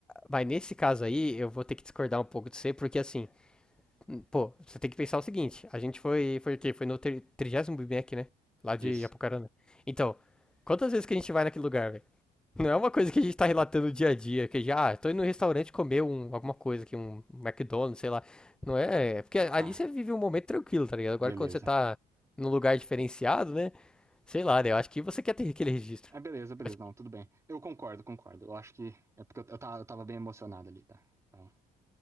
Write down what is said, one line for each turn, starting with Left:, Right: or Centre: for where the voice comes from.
Centre: mas nesse caso aí, eu vou ter que discordar um pouco de você, porque assim, pô, você tem que pensar o seguinte: a gente foi, foi o quê? Foi no tri- trigésimo Big Mac, né? Lá de
Right: Isso.
Centre: Apucarana. Então, quantas vezes que a gente vai naquele lugar, velho? Não é uma coisa que a gente tá relatando dia a dia, que já, ah, tô indo no restaurante comer um, alguma coisa aqui, um McDonald's, sei lá. Não é, é, porque ali
Right: Ah,
Centre: você vive um momento tranquilo, tá ligado? Agora
Right: beleza.
Centre: quando você tá num lugar diferenciado, né? Sei lá, né? Eu acho que você quer ter aquele registro.
Right: Ah, beleza, beleza,
Centre: Acho que
Right: não, tudo bem. Eu concordo, concordo. Eu acho que é porque eu, eu, tava, eu tava bem emocionado ali, tá? Então,